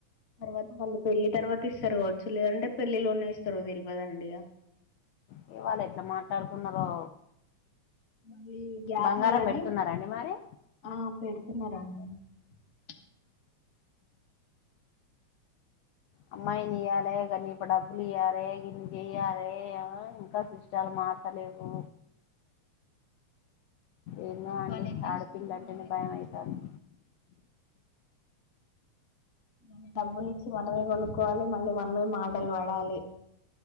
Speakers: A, on the left; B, on the left.
A: తర్వాత వాళ్ళు పెళ్ళి తర్వాత ఇస్తారు కావచ్చు లేదంటే పెళ్లిలోనే ఇస్తరో తెల్వదండిగా
B: ఇక వాళ్ళు ఎట్లా మాట్లాడుకున్నారో
A: మళ్ళి గ్యాప్
B: బంగారం
A: లేదని
B: పెడుతున్నారండి మరి
A: ఆ పెడు తీన్నార <unintelligible>
B: అమ్మాయిని ఇయ్యాలే కానీ ఇప్పు డబ్బులు ఇయ్యాలే ఇన్ని చెయ్యాలే ఆ ఇంకా చాలా మాట్లాలేవు ఏందో
A: మళ్ళీ
B: అండి
A: వాళ్ళు ఎట్లా
B: ఆడపిలాంటేనే
A: చూసుకుంటారో కూడా తెల్వదండి
B: భయమయితాంది
A: మన డబ్బులు ఇచ్చి మనమే కొనుక్కోవాలి మళ్ళీ మనమే మాటలు పడాలి